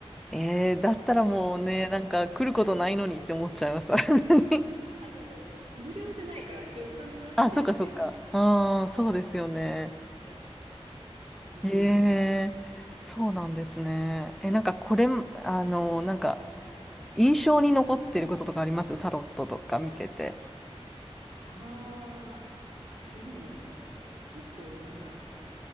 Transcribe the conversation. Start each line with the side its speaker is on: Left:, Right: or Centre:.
Centre: えー、だったらもうね、なんか来ることないのにって思っちゃいます。<laughs>
Right: あ、でも、無料じゃないから、一応お金払ってれば、
Centre: あ、そっかそっか。ああ、そうですよね。
Right: やったんですけど。うん。
Centre: ええ、そうなんですね。え、なんかこれ、あの、なんか印象に残ってることとかありますタロットとか見てて。
Right: ああ、でも、結構なんか、